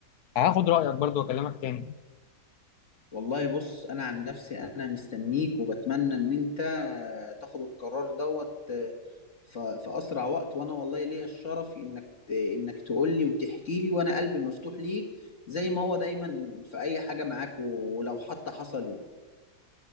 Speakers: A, on the left; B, on the left.
A: هاخد رايك برضو واكلمك تاني
B: والله بص انا عن نفسي انا مستنيك وبتمنى ان انت آه، تاخد القرار دوت آه، ف- في اسرع وقت وانا والله ليا الشرف انك ت- انك تقول لي وتحكي لي وانا قلبي مفتوح ليك زي ما هو دايما في اي حاجة معاك ولو حتى حصل ايه